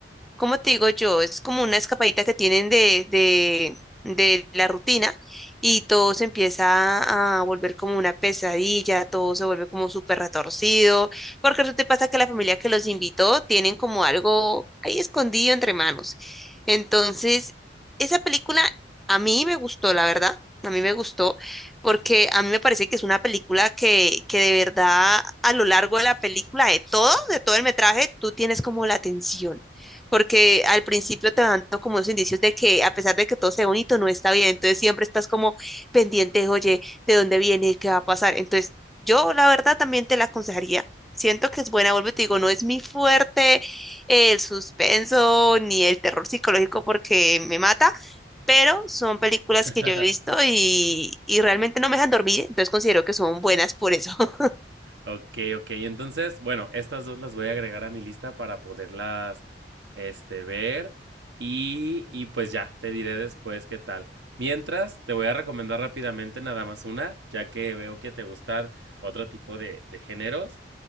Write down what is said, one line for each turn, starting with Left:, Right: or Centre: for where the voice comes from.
Centre: como te digo yo, es como una escapadita que tienen de, de, de la rutina y todo se empieza a volver como una pesadilla, todo se vuelve como súper retorcido, porque resulta y pasa que la familia que los invitó tienen como algo ahí escondido entre manos. Entonces, esa película a mí me gustó, la verdad. A mí me gustó porque a mí me parece que es una película que, que de verdad a lo largo de la película, de todo, de todo el metraje, tú tienes como la atención porque al principio te van dando como esos indicios de que a pesar de que todo sea bonito, no está bien, entonces siempre estás como pendiente, oye, ¿de dónde viene? ¿Qué va a pasar? Entonces, yo la verdad también te la aconsejaría. Siento que es buena, vuelvo y te digo, no es mi fuerte eh, el suspenso ni el terror psicológico porque me mata, pero son películas
Right: <laughs>
Centre: que yo he visto y, y realmente no me dejan dormir, entonces considero que son buenas por eso. <laughs>
Right: Ok, ok. Entonces, bueno, estas dos las voy a agregar a mi lista para poderlas, este, ver. Y, y pues ya, te diré después qué tal. Mientras, te voy a recomendar rápidamente nada más una, ya que veo que te gustan otro tipo de, de géneros.